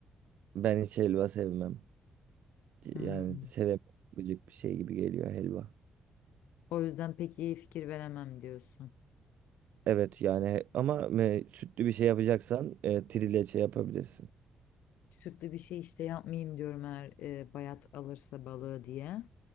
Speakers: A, on the right; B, on the left.
A: ben hiç helva sevmem.
B: Hmm.
A: Yani sevemem. Gıcık bir şey gibi geliyor helva.
B: O yüzden pek iyi fikir veremem diyorsun.
A: Evet yani he- ama e, sütlü bir şey yapacaksan e, trileçe yapabilirsin.
B: Sütlü bir şey işte yapmayayım diyorum eğer e, bayat alırsa balığı diye.